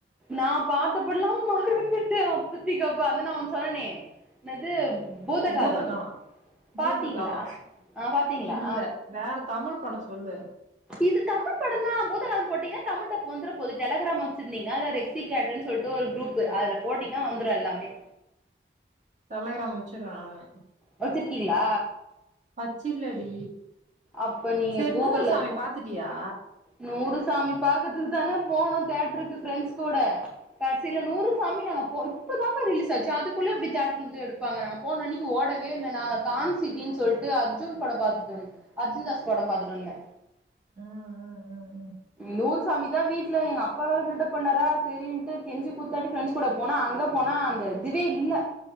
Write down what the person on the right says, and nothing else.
பூதகானோ பூத
காதோ
இல்ல வேற தமிழ் படோ சொல்லு
டெலகிராம் வச்சருறே நானு
பச்சில்லடி
சேர்
நூறு சாமி
பாத்துட்டியா
ம் ம் ம் ம்